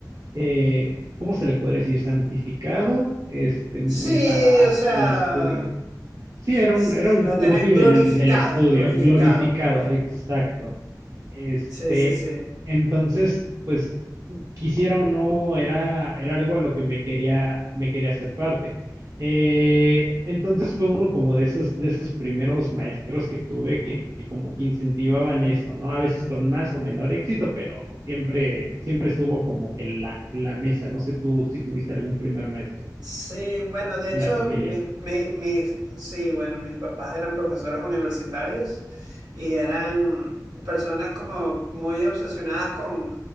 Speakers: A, on the right (about 55°); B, on the right (about 80°).
A: eh, ¿cómo se le podría decir? Santificado este, el-
B: Sí,
A: al, al-
B: o sea.
A: al estudio Sí, era
B: Sí,
A: un, era un
B: lo
A: groupie
B: tenés glorificado,
A: del, del estudio,
B: glorificado,
A: glorificado,
B: glorificado.
A: exacto. Este,
B: Sí, sí, sí.
A: entonces, pues, quisiera o no, era, era algo a lo que me quería, me quería hacer parte. Eh, entonces fue uno como de esos, de esos primeros maestros que tuve que, que como que incentivaban eso, ¿no? A veces con más o menor éxito, pero siempre, siempre estuvo como que en la, en la mesa. No sé tú si tuviste algún primer maestro
B: Sí, bueno, de
A: en
B: hecho,
A: la familia.
B: mis, mi- mis, sí, bueno, mis papás eran profesores universitarios y eran personas como muy obsesionadas con,